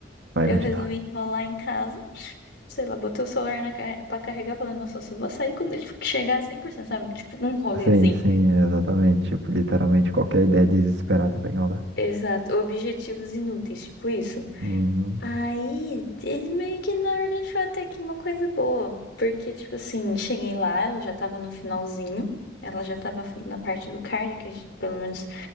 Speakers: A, on the right; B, on the left.
A: Vai,
B: eu
A: continua.
B: resolvi enrolar em casa. Sei lá, botei o celular na, car- pra carregar, falando: Nossa, eu só vou sair quando ele chegar a 100%, sabe? Tipo, um rolê
A: Sim,
B: assim.
A: sim, exatamente. Tipo, literalmente qualquer ideia desesperada pra enrolar.
B: Exato. Objetivos inúteis, tipo isso.
A: Uhum,
B: Aí, isso meio que na verdade foi até que uma coisa boa, porque, tipo assim, cheguei lá, ela já tava no finalzinho, ela já tava na parte do card, que a gente- pelo menos